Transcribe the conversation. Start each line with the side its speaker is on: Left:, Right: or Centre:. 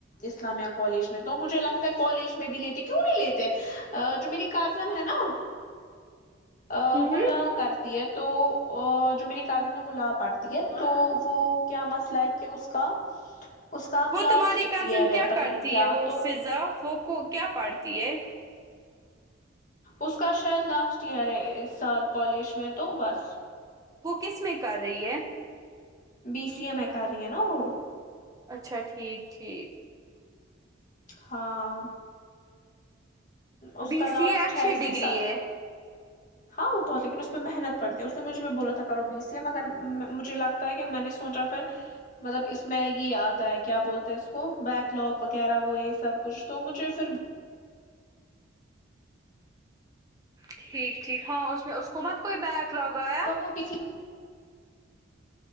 Left: اسلامیہ کالج میں تو مجھے لگتا ہے کالج میں بھی لیتے کیوں نہیں لیتے ا جو میری کزن ہے نا ا
Right: ہوں
Left: وہ لا کرتی ہے تو جو میری کازن ہے وہ لا پڑتی تو وہ کیا مسئلہ ہے کہ اس کا اس کا اب
Right: وہ
Left: لاسٹ
Right: تمہاری کزن
Left: ایئر
Right: کیا
Left: ہے پتا
Right: کرتی
Left: نہیں کیا
Right: ہے وہ
Left: تو
Right: فضا وہ کو کیا پڑھتی ہے
Left: اس کا شاید لاسٹ ایئر ہے اس سال کالج میں تو بس
Right: وہ کس میں کر رہی ہے
Left: بی سی ا ے میں کر رہی ہے نا وہ
Right: اچھا ٹھیک ٹھیک
Left: ہاں اس
Right: بی
Left: کا لاسٹ
Right: سی اے اچھی
Left: ہے اس
Right: ڈگری
Left: کے سات
Right: ہے
Left: ہاں وہ بہت لیکن اس میں محنت پڑتی ہے اس نے مجھے بھی بولا تھا کرو اس لیے مگر ما مجھے لگتا ہے کہ میں نے سوچا پھر مطلب اس میں یہ آتا ہے کیا بولتے اس کو بیک لوک وغیرہ وہ یہ سب کچھ تو مجھے پھر
Right: ٹھیک ٹھیک ہاں اس میں اس کو مت کوئی بیک لگ آیا
Left: <unintelligible>